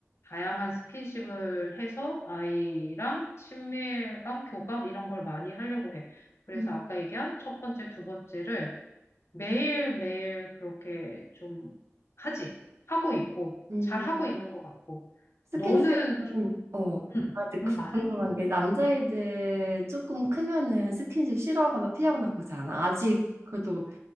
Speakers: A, on the left; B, on the right.
A: 다양한 스킨십을 해서 아이랑 친밀감, 교감 이런 걸 많이 하려고 해. 그래서
B: 음,
A: 아까 얘기한 첫 번째, 두 번째를 매일매일 그렇게 좀 하지. 하고 있고,
B: 음.
A: 잘 하고 있는 것 같고.
B: 스킨십은
A: 너는 좀,
B: 어,
A: 음,
B: 아, 근데 그-
A: 음, 말해?
B: 궁금한 게 남자애들 조금 크면은 스킨십 싫어하거나 피하거나 그러지 않아? 아직 그래도